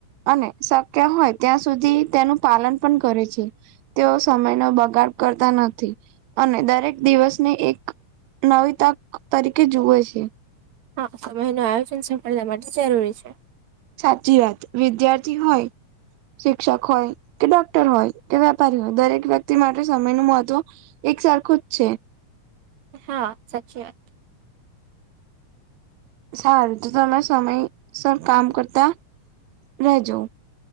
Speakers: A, on the right; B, on the right.
A: અને શક્ય હોય ત્યાં સુધી તેનું પાલન પણ કરે છે. સમય નો બગાડ કરતા નથી. અને દરેક દિવસને એક નવી તક તરીકે જુવે છે.
B: હા સમય નું આયોજન સફળતા માટે જરૂરી છે.
A: સાચી વાત વિદ્યાર્થી હોય શિક્ષક હોય કે ડોક્ટર હોય કે <unintelligible> દરેક વ્યક્તિ માટે સમય <unintelligible> મહત્વ એક સરખું જ છે.
B: હા સાચી વાત.
A: સારું તો તમે સમયસર કામ કરતા રહેજો.